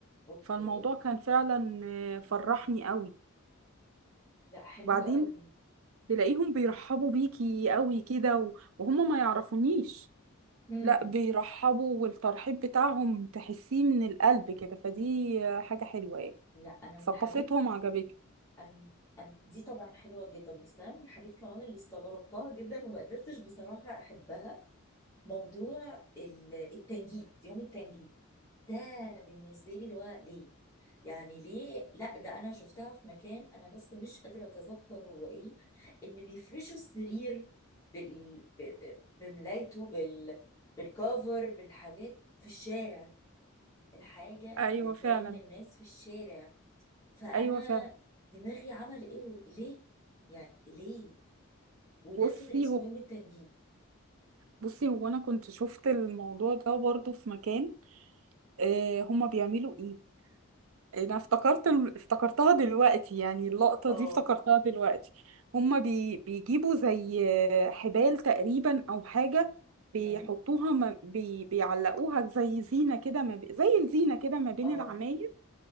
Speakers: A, on the left (about 15°); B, on the right (about 70°).
A: اوكي
B: فالموضوع كان فعلا آه، فرحني قوي
A: لا حلوة
B: وبعدين
A: قوي
B: تلاقيهم بيرحبوا بيكي قوي كده و- وهم ما يعرفونيش
A: مم.
B: لا بيرحبوا والترحيب بتاعهم تحسيه من القلب كده فدي آه، حاجة حلوة يعني
A: لا انا من
B: ثقافتهم
A: الحاجات
B: عجبتني
A: أنا أنا دي طبعا حلوة جدا بس أنا من الحاجات كمان اللي استغربتها جدا وما قدرتش بصراحة أحبها موضوع ال- التنجيد يوم التنجيد ده بالنسبة لي اللي هو ليه يعني ليه لا ده أنا شفتها في مكان أنا بس مش قادرة أتذكر هو إيه إن بيفرشوا السرير بال... ب... ب... بملايته بال... بالكوفر بالحاجات في الشارع الحاجة
B: ايوه
A: بتبان
B: فعلا
A: للناس في الشارع فانا
B: ايوه فعلا
A: دماغي عمل ايرور ليه يعني ليه وده
B: بصي
A: كده اسمه
B: هو
A: يوم التنجيم
B: بصي هو انا كنت شفت الموضوع ده برضو في مكان آه، هما بيعملوا ايه انا افتكرت افتكرتها دلوقتي يعني اللقطة
A: اه
B: دي افتكرتها دلوقتي هما بي... بيجيبوا زي آه، حبال تقريبا او حاجة بيحطوها
A: هم
B: ما... بي... بيعلقوها زي زينة كده ما... ب... زي الزينة كده ما بين
A: اه
B: العماير